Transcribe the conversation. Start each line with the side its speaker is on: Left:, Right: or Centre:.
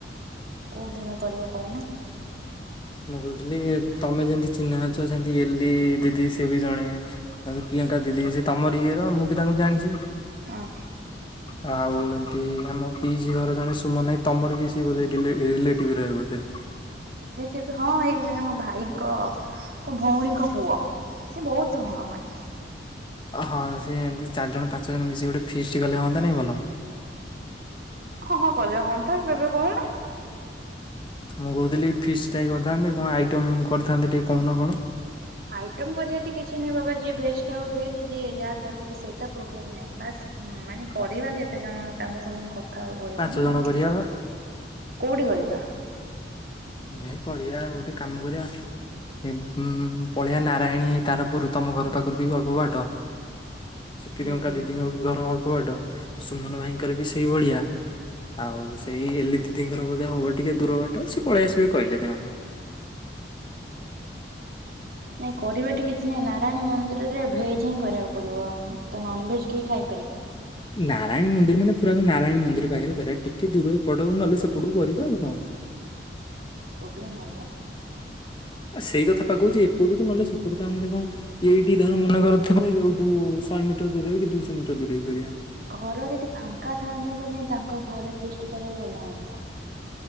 Right: କୋଉ ଦିନ କରିବ କହୁନ?
Left: ମୁଁ କହୁଥିଲି ତମେ ଯେମିତି ଚିହ୍ନା ଅଛ ସେମିତି ଏଲି ଦିଦି ସିଏ ବି ଜଣେ। ତା ପ୍ରିୟଙ୍କା ଦିଦି ସେ ତମର ଇଏ ର ମୁଁ ବି ତାଙ୍କୁ ଜାଣିଛି।
Right: ହଁ।
Left: ହ <inaudible> ଆଉ ଏମିତି ଆମ ପିଇସି ଘର ଜଣେ ସୁମନ ଭାଇ ତମର ବି ସିଏ ବୋଧେ ରିଲେ ରିଲେଟିଭରେ ହେବେ ବୋଧେ।
Right: ଡିଲେଟିଭ୍ ହଁ ଏଇ ଜଣେ ମୋ ଭାଇଙ୍କ ଭଉଣୀଙ୍କ ପୁଅ। ସେ ବହୁତ ହଁ ହଁ ଇଏ
Left: ହଁ ସେ ଏମିତି ଚାରିଜଣ ପାଞ୍ଚଜଣ ମିଶିକି ଗୋଟେ ଫିଷ୍ଟ୍ କଲେ ହନ୍ତାନି ଭଲ?
Right: ହଁ ହଁ କଲେ ହୁଅନ୍ତା କେବେ କହୁନ?
Left: ମୁଁ କହୁଥିଲି ଫିସ୍ ଟା କରିଥାନ୍ନ୍ତି କଣ ଆଇଟମ କରିଥାନ୍ତେ ଟିକେ କହୁନ କଣ?
Right: ଆଇଟମ କରିବା ଟି କିଛି ନାହିଁ ବାବା ଯିଏ ଭେଜ୍ ଖାଇବ ଭେଜ୍ ଯିଏ ଯାହା ଖାଇବ କି ସେଇଟା ପ୍ରୋବ୍ଲେମ୍ ନାହିଁ ବାସ୍ ହୁଁ ମାନେ କରିବା କେତେଜଣ ତାଙ୍କୁ ସବୁ କଥା ହବାକୁ ପଡିବ
Left: ପାଞ୍ଚ
Right: ନା
Left: ଜଣ
Right: ଆଉ।
Left: କରିବା ବା
Right: କୋଉଠି କରିବା?
Left: ଏ କରିବା ଗୋଟେ କାମ କରିବା ଉ ପଳେଇବା ନାରାୟଣୀ ତାରପୁର ତମ ଘର ପାଖରୁ ବି ଅଳ୍ପ ବାଟ। ସେ ପ୍ରିୟଙ୍କା
Right: ହୁଁ ହୁଁ।
Left: ଦିଦିଙ୍କ ବି ଘର ଅଳ୍ପ ବାଟ ସୁମନ ଭାଇଙ୍କର ବି ସେଇ ଭଳିଆ। ଆଉ ସେଇ ଏଲି ଦିଦିଙ୍କର ବୋଧେ ହବ ଟିକେ ଦୂର ବାଟ ସିଏ ପଳେଇଆସିବେ କହିଲେ ତାଙ୍କର।
Right: ନାଇଁ କରିବା ଟି କିଛି ନାାଇଁ ନାରାୟଣୀ ମନ୍ଦିରରେ ଭେଜ ହିଁ କରିବାକୁ ପଡିବ। ତ ନନଭେଜ କେଇ ଖାଇ ପାରିବନି।
Left: ନାରାୟଣି ମନ୍ଦିର ମାନେ ପୁରା ନାରାୟଣି ମନ୍ଦିର ପାଖରେ କରିବା ଟିକେ ଦୂର ଏପଟକୁ ନହେଲେ ସେପଟକୁ କରିବା ଆଉ କଣ?
Right: ପ୍ରୋବ୍ଲେମ ହବ।
Left: ଆ ସେଇ କଥା ପା କଉଛି ଏପଟକୁ ନହେଲେ ସେପଟକୁ ତା ମାନ କଣ ଏଇଠି ଧର ମନେ କରୁଥିବ ଏଇଠୁ ଶହେ ମିଟର ଦୂରରେ କି ଦୁଇଶହ ମିଟର ଦୂରରେ କରିବା।
Right: କା ଘର ଯଦି ଫାଙ୍କା ଥାଆନ୍ତା ତ ଯାଇଁ ତାଙ୍କ ଘରେ ଫିଷ୍ଟ୍ କଲେ ଭଲ ହନ୍ତା।